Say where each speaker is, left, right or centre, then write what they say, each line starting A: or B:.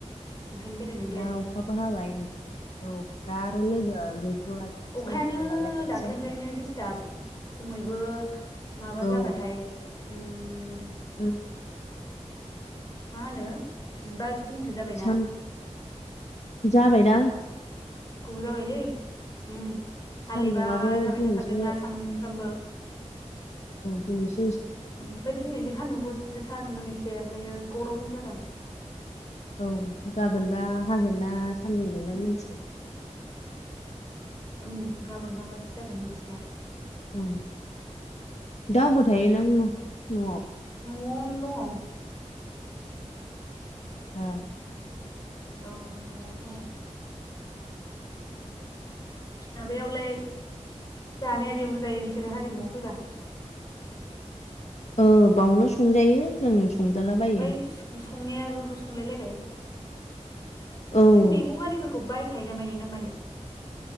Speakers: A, on the left; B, on the left.
A: ओंखायनो बेरायनाय जायासै
B: दा अखाबो हाबाय होन <inaudible> औ दा आरो लोगोआ गैथ'लालाय सोलाबथ'लालाय
A: खानो
B: बिदि
A: दाख्लिनिफ्रायनो
B: जाबाय
A: दिसथाब खमै बो माबा
B: औ
A: जाबायहाय उम
B: उम
A: मा होनो जिबा दिनसो जाबायना
B: सान जाबाय दा
A: गुबाव जाबायलै उ
B: सान्दुंआबो
A: हाालेबाय थाबाय
B: दिनैसो
A: थाथारदोंना सानफ्रामबो
B: दिनैस
A: ओमफफ्राय दिनैसो सान्दुं गोस-गोसा दुंदों एसे फायो गरम जादों
B: औ गाबोनबा हागोन ना सान्दुं दुंगोन
A: उम
B: मिथिला
A: उम गाबोनबा मायदि जागोन मिथिला
B: उम दा अबाव थायो नों न'आव
A: नवावनो दं
B: ओ
A: औ नवावनो दङ माबायावलाय जानाया बेयावनो जायो नोंसोरो हारिमुआव फैबा
B: औ बावनो संजायो जों संजालाबायो
A: ओमफ्राय संनाया ज' ज' संलायलायबाय
B: औ
A: बे मैगं आरिफोरखौ बायखायो ना मायो ना मायो